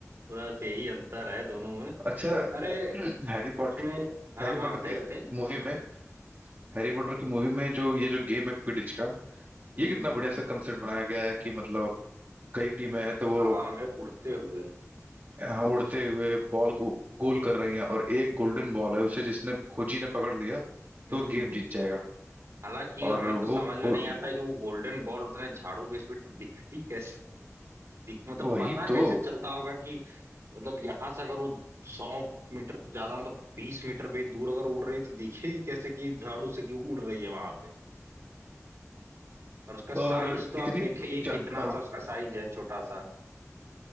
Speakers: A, on the right; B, on the right.
A: बस यही अंतर है दोनों में
B: अच्छा
A: अरे
B: हैरी पॉटर
A: उसमें हाँ
B: हैरी
A: हाँ
B: पॉटर
A: बताइए
B: के
A: बताइए
B: मूवी में हैरी पॉटर की मूवी में जो ये जो गेम है क्विडिच का
A: हम्म
B: ये कितना बढ़िया सा कंसेप्ट बनाया गया है कि मतलब अब कई टीमें हैं तो वो
A: हवा में उड़ते हुए
B: हाँ उड़ते हुए बॉल को गोल कर रही हैं और एक गोल्डन बॉल है उसे जिसने खोजी ने पकड़ लिया
A: हम्म
B: तो वो गेम जीत जाएगा
A: हालांकि हमें
B: और
A: तो समझ
B: वो खो
A: में नहीं आता कि वो गोल्डन बॉल उतने झाड़ू की स्पीड से दिखती कैसे दिख मतलब
B: वही
A: पता
B: तो
A: कैसे चलता होगा कि मतलब यहां से अगर वो सौ मीटर तो ज्यादा तो बीस मीटर भी दूर अगर उड़ रही है तो दिखेगी कैसे कि झाड़ू से कि उड़ रही है वहां पे और उसका साइज
B: और
A: तो आप
B: इतनी
A: देखिए
B: जनता
A: कितना सा उसका साइज है छोटा सा